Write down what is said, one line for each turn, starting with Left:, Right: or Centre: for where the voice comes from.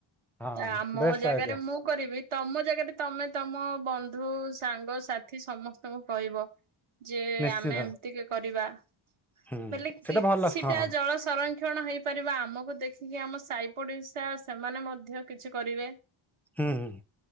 Centre: ହଁ
Right: ତା ମୋ
Centre: ବେଷ୍ଟ
Right: ଜାଗାରେ
Centre: ଆଇଡିଆ
Right: ମୁଁ। କରିବି ତମ ଜାଗାରେ ତମେ ତମ ବନ୍ଧୁ ସାଙ୍ଗସଥି ସମସ୍ତଙ୍କୁ କହିବ। ଯେ
Centre: ନିଶ୍ଚିନ୍ତ
Right: ଆମେ ଏମିତିକି କରିବା।
Centre: ହୁଁ
Right: ବଲି କିଛିଟା
Centre: ସେଇଟା ଭଲ ହଁ।
Right: ଜଳ ସଂରକ୍ଷଣ ହେଇପାରିବ ଆମକୁ ଦେଖିକି ଆମ ସାଇ ପଡିଶା ସେମାନେ ମଧ୍ୟ କିଛି କରିବେ।
Centre: ହୁଁ ହୁଁ।